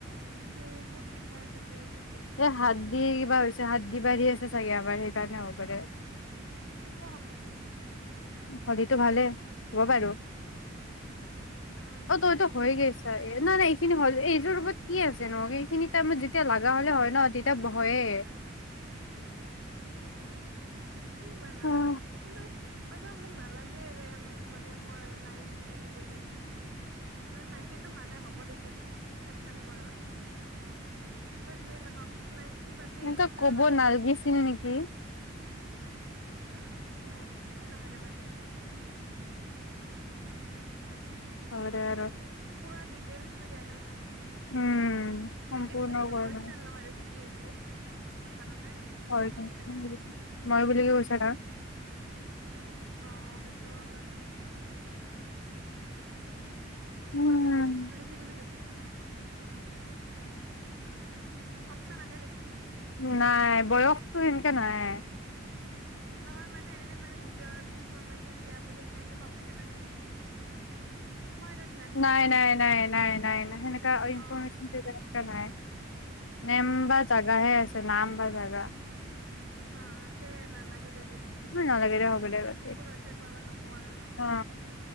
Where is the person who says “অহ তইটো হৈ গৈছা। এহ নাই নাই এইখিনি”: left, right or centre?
Left